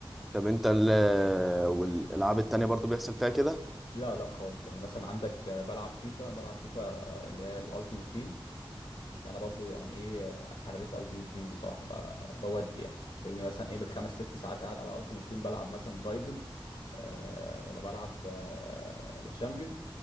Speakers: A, in the centre; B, on the left (about 75°).
A: طب انت ال والالعاب التانية برضو بيحصل فيها كده
B: لا لا خالص يعني مثلا عندك آه، بلعب فيفا بلعب فيفا آه، اللي هي الالتيميت تيم ده انا برضو يعني ايه حريت التيمت تيم بصراحه بقى بودي يعني تلاقيني مثلا ايه بالخمس ست ساعات قاعد على التيمت تيم بلعب مثلا رايفلز آه ولا بلعب آه التشامبيون